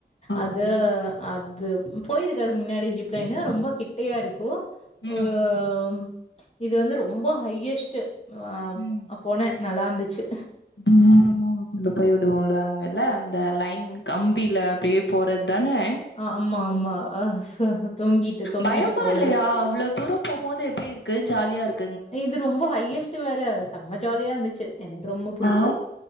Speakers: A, on the left; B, on the left.
A: ஆ
B: அது
A: ஓகே
B: அது பொயிருக்கே அதுக்கு முன்னாடி ஜிப் லைனு ரொம்ப கிட்டையாருக்கு
A: ம்
B: ஓ ம் இது வந்து ரொம்ப ஹையஸ்ட்டு அ
A: ம்
B: அ போன நல்லாந்துச்சு
A: தூரமா அங்க கொண்டு போய் விடவோடுவாங்கல்ல அந்த லைன் கம்பில அப்டியே போறத்தானே
B: ஆமா ஆமா அ ச தொங்கிட்டு தொங்கிட்டு
A: பயமா
B: போறது
A: இல்லையா அவ்ளோ தூரோ போம்போது எப்டி இருக்கு ஜாலியா இருக்
B: இது ரொம்ப ஹையஸ்ட் வேற செம்மா ஜாலியா இருந்துச்சு எனக்கு ரொம்ப புடிக்கு
A: ஆ